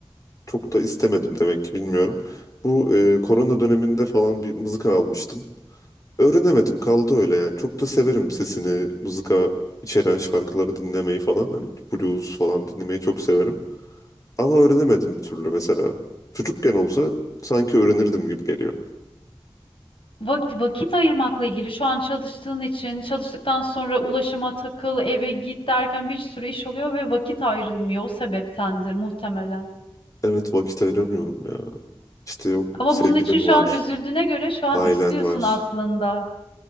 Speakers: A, on the left; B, on the left.
A: çok da istemedim demek ki bilmiyorum. Bu e, korona döneminde falan bir mızıka almıştım. Öğrenemedim kaldı öyle yani. Çok da severim sesini, mızıka içeren şarkıları dinlemeyi falan. Hani blues falan dinlemeyi çok severim. Ama öğrenemedim bir türlü mesela. Çocukken olsa sanki öğrenirdim gibi geliyor.
B: Vak- vakit ayırmakla ilgili şu an çalıştığın için çalıştıktan sonra ulaşıma takıl, eve git derken bir sürü iş oluyor ve vakit ayrılmıyor. O sebeptendir muhtemelen.
A: Evet vakit ayıramıyorum ya. İşte yok
B: Ama
A: sevgilin
B: bunun için şu
A: var,
B: an üzüldüğüne göre şu an
A: ailen
B: istiyorsun
A: var.
B: aslında.